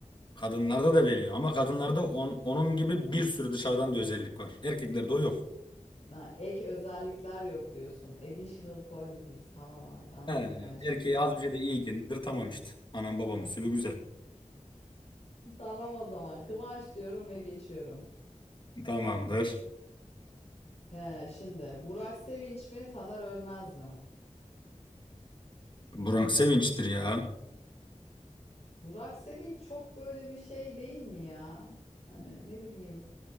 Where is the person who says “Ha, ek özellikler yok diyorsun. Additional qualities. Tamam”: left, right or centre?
Left